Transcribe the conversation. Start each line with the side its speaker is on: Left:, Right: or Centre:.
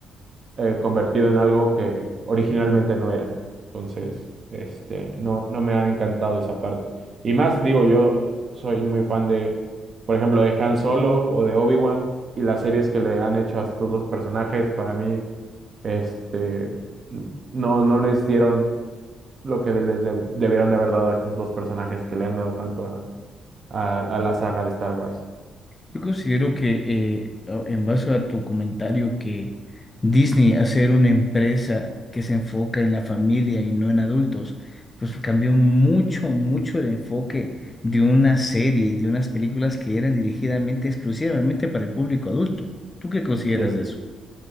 Right: eh, convertido en algo que originalmente no era. Entonces, este, no, no me ha encantado esa parte. Y más, digo, yo soy muy fan de, por ejemplo, de Han Solo o de Obi-Wan y las series que le han hecho a estos dos personajes, para mí, este, n- no, no les dieron lo que les deb- debieron de haber dado a estos dos personajes que le han dado tanto a, a, a la saga de Star Wars.
Left: Yo considero que eh, a- en base a tu comentario que Disney hacer una empresa que se enfoca en la familia y no en adultos, pues cambió mucho, mucho el enfoque de una serie y de unas películas que eran dirigidamente exclusivamente para el público adulto. ¿Tú qué consideras
Right: Sí,
Left: de
Right: sí,
Left: eso?
Right: sí.